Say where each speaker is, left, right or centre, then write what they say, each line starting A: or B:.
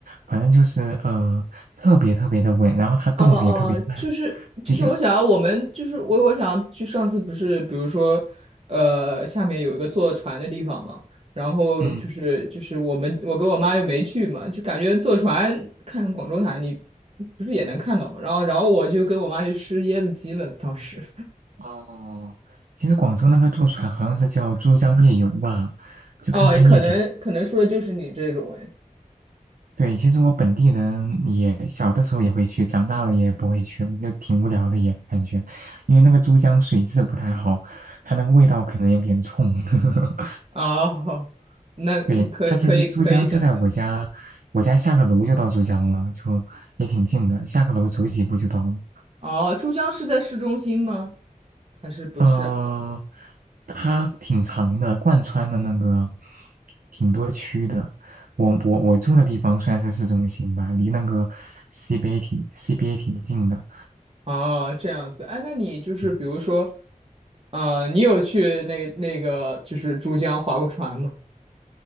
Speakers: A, on the right; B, on the right.
A: 反正就是呃特别特别的稳，然后它动的也特别慢，
B: 呃呃，就是就是，
A: 所以就
B: 我想要我们就是我我想要去上次不是，比如说，呃，下面有一个坐船的地方嘛，然后就是就是我们我跟我妈又没去嘛，
A: 嗯。
B: 就感觉坐船看广州塔，你不是也能看到嘛？然后然后我就跟我妈去吃椰子鸡了，当时，
A: 哦，其实广州那个坐船好像是叫珠江夜游吧，就看看夜景。
B: 哦，可能可能说的就是你这种哎，
A: 对，其实我本地人也小的时候也会去，长大了也不会去了，就挺无聊的也感觉，因为那个珠江水质不太好，它那个味道可能有点冲。<laughs>
B: 哦，那嗯可以可以可以想象，
A: 对，它其实珠江就在我家，我家下个楼就到珠江了，就也挺近的，下个楼走几步就到了。
B: 哦，珠江是在市中心吗？还是不是啊？
A: 呃，它挺长的，贯穿的那个挺多区的。我我我住的地方算是市中心吧，离那个 CBA 挺 CBA 挺近的。
B: 哦，这样子，哎，那你就是比如说，
A: 对
B: 呃，你有去那那个就是珠江划过船吗？